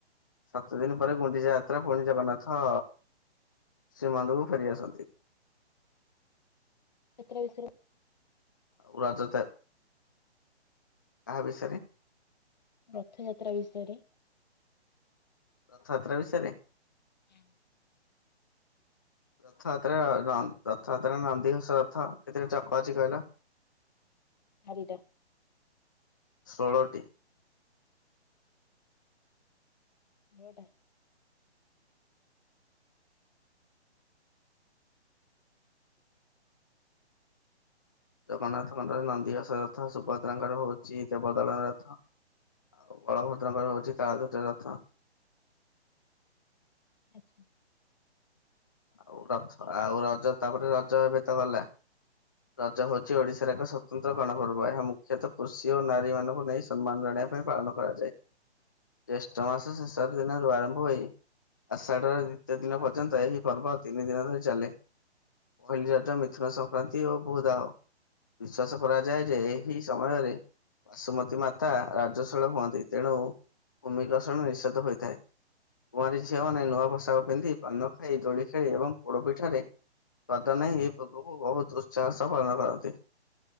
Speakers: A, on the left; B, on the left.
A: ସାତ ଦିନି ପରେ ଗୁଣ୍ଡିଚା ଯାତ୍ରା ପୁଣି ଜଗନ୍ନାଥ ଶୀମନ୍ଦକୁ ଫେରି ଆସନ୍ତି।
B: ଏତ୍ରେ ବିସେରୁ
A: ଆଉ ରାଜା ତେ କାହା ବିଷୟରେ?
B: ବେଥଯାତ୍ରା ବିଷୟରେ।
A: ରଥଯାତ୍ରା ବିଷୟରେ?
B: ହୁଁ।
A: ରଥଯାତ୍ରାରେ ର ର ରଥଯାତ୍ରାରେ ନନ୍ଦିଘୋଷ ରଥ କେତେଟା ଚକ ଅଛି କହିଲ?
B: ହାରିଟା।
A: ଷୋଳଟି।
B: ହୋଟା।
A: ଜଗନ୍ନାଥଙ୍କମଳର ନନ୍ଦୀ ଘୋଷ ରଥ ସୁଭଦ୍ରାଙ୍କର ହଉଚି ଦେବଦଳନ ରଥ। ଆଉ ବଳଭଦ୍ରଙ୍କର ହଉଚି ତାଳଧ୍ୱଜ ରଥ।
B: ଆଚ୍ଛା।
A: ଆଉ ରଥ ଆଉ ରଜ ତାପରେ ରଜ ଏବେ ତ ଗଲା। ରଜ ହଉଚି ଓଡ଼ିଶାର ଏକ ସତନ୍ତ୍ର ଗଣପର୍ବ। ଏହା ମୁଖ୍ୟତଃ କୃଷି ଓ ନାରୀ ମାନଙ୍କୁ ନେଇ ସମ୍ମାନ ଜଣିଇବା ପାଇଁ ପାଳନ କରାଯାଏ। ଜ୍ୟେଷ୍ଠ ମାସ ଶେଷ ଦିନରୁ ଆରମ୍ଭ ହୋଇ ଆଷାଢ଼ର ଦ୍ଵିତୀୟ ଦିନ ପର୍ଯ୍ୟନ୍ତ ଏହି ପର୍ବ ତିନି ଦିନ ଧରି ଚାଲେ ପହିଲି ରଜ ମିଥୁନ ସଂକ୍ରାନ୍ତି ଓ ଭୂଧାହ। ବିଶ୍ୱାସ କରାଯାଏ ଯେ ଏହି ସମୟରେ ବାସୁମତୀ ମାତା ରାଜଶୀଳ ହୁଅନ୍ତି ତେଣୁ ଭୂମିକର୍ଷଣ ନିଷେଧ ହୋଇଥାଏ। କୁଆଁରୀ ଝିଅମାନେ ନୂଆ ପୋଷାକ ପିନ୍ଧି ପାନ ଖାଇ ଦୋଳି ଖେଳି ଏବଂ ପୋଡପିଠାରେ ଶ୍ରଦ୍ଧା ନାଁ ଏ ପୂର୍ବକୁ ବହୁତ ଉତ୍ସାହସହ ପାଳନ କରନ୍ତି।